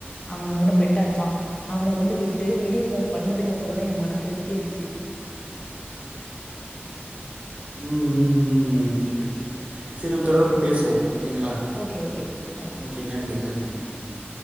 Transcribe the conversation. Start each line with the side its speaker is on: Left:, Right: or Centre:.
Left: அவ
Right: ம்,
Left: கூட பெட்டா இருப்பா அவன கொண்டு விட்டு வீடியோ கால் பண்ணதுக்கப்புறோ தா என் மன திருப்தியாச்சு
Right: உம் உம் உம் ஓகே ஓகே சரி நம்ம தொடர்ந்து பேசுவோ ஓகேங்களா
Left: okay okay bro thank you
Right: okay நன்றி நன்றி நன்றிங்க உம்